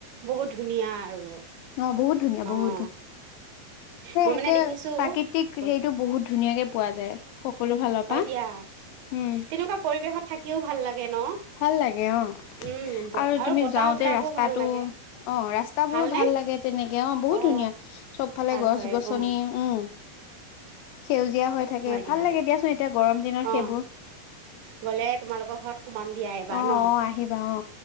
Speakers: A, on the right (about 85°); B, on the left (about 80°).
A: বহুত ধুনীয়া আৰু
B: অ বহুত ধুনীয়া বহুত
A: অহ'
B: ধুনীয়া
A: উম' মই
B: একে
A: মানে দেখি দেখিছো,
B: প্ৰাকৃতিক
A: অ'
B: হেৰিটো বহুত ধুনীয়াকে পোৱা যায় সকলো ফালৰ
A: হয়
B: পৰা
A: দিয়া।
B: উম
A: তেনেকুৱা পৰিৱেশত থাকিও ভাল লাগে ন?
B: ভাল লাগে অহ
A: উম,
B: আৰু তুমি
A: বতাহ
B: যাওঁতে
A: বিলাকো
B: ৰাস্তাটো-
A: ভাল লাগে
B: অ' ৰাস্তাবোৰো
A: ভালনে?
B: ভাল লাগে। তেনেকে, বহুত
A: অ',
B: ধুনীয়া চব ফালে,
A: ভাল
B: গছ-গছনি
A: হয় অ',
B: উম। সেউজ জীয়া হৈ থাকে
A: হয় দিয়া
B: ভাল লাগে দিয়াচোন, এতিয়া গৰম দিনত সেইবোৰ।
A: অ', গ'লে তোমালোকৰ ঘৰত সোমাম দিয়া এইবাৰ
B: অ
A: ন
B: অ আহিবা অ